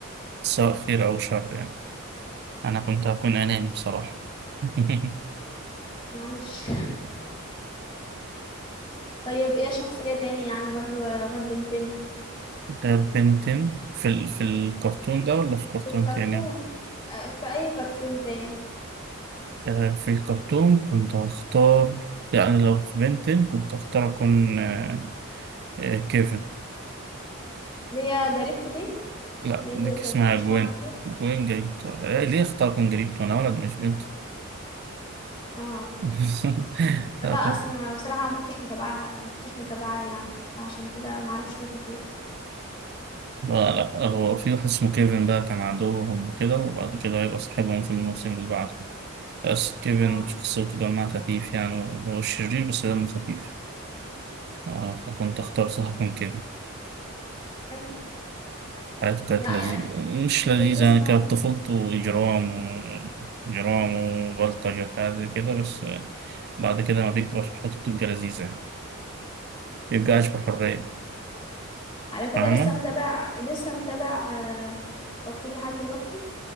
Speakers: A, on the right; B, on the left.
A: سواء خير أو شر يعني أنا كنت هكون أناني بصراحة <laughs>
B: معلش <laughs> طيب ايه شخصية تاني يعني غير غير بنتين
A: غير بنتين في ال... في الكرتون ده ولا في كرتون
B: في الكرتون
A: تاني؟
B: آه، في اي كرتون تاني
A: آه، في الكرتون كنت هختار يعني لو في بنتين كنت هختار أكون آه، آه، كيفن
B: اللي هي جريبته دي
A: لا
B: اللي هي
A: ديك
B: كانت
A: اسمها
B: بتمشي
A: جوين
B: معاها على طول
A: جوين جريبتو آه، ليه اختار أكون جريبتو أنا ولد مش بنت
B: اه
A: <laughs>
B: لا
A: لا، طب.
B: اصلا أنا بصراحه ما كنتش متابعاها ما كنتش متابعاها يعني عشان كده ما اعرفش فيه كتير
A: لا لا هو في واحد اسمه كيفن بقى كان عدوهم وكده وبعد كده هيبقى صاحبهم في الموسم اللي بعده بس كيفن
B: اه
A: شخصيته دمها خفيف يعني هو شرير بس دمه خفيف آه فكنت أختار صح من كيفن
B: حلو
A: حياته كانت
B: لا
A: لذيذة
B: يعني
A: مش
B: كنت
A: لذيذة
B: بتسمع
A: يعني كانت طفولته إجرام و- إجرام وبلطجة وحاجات زي كده بس آه، بعد كده ما بيكبر حياته بتبقى لذيذة يعني مبيبقاش بحرية
B: على كده
A: فاهمة؟
B: لسه متابع لسه متابع آه، كرتون لحد دلوقتي